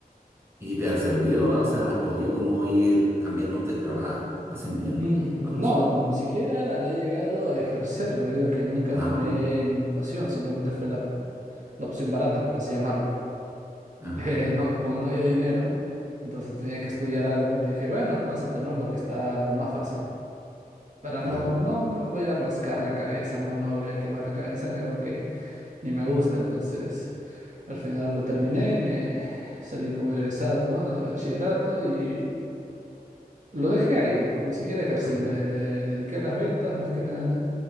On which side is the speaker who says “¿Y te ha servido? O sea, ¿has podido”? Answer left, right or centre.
Right